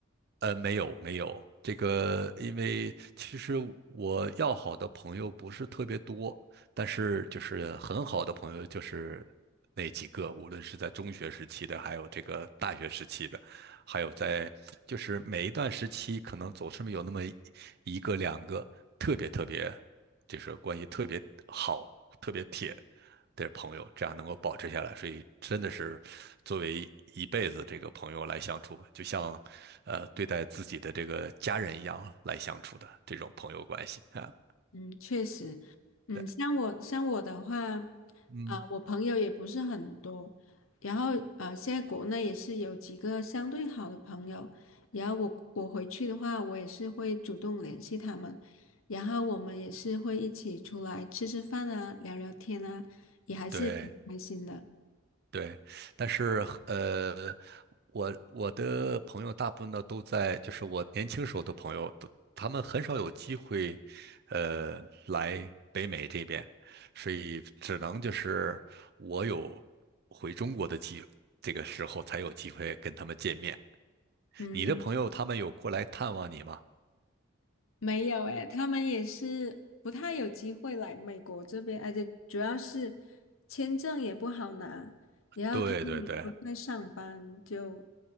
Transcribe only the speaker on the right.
呃，没有没有，这个因为其实我要好的朋友不是特别多，但是就是很好的朋友就是那几个，无论是在中学时期的，还有这个大学时期的，还有在就是每一段时期，可能总是有那么一一个两个特别特别，就是关系特别好、特别铁的朋友，这样能够保持下来。所以真的是作为一辈子这个朋友来相处，就像呃对待自己的这个家人一样来相处的这种朋友关系啊。
对
嗯，
对，对，但是呃，我我的朋友大部分呢都在，就是我年轻时候的朋友，都他们很少有机会，呃，来北美这边，所以只能就是我有回中国的机，这个时候才有机会跟他们见面。
你的朋友他们有过来探望你吗？
对对对。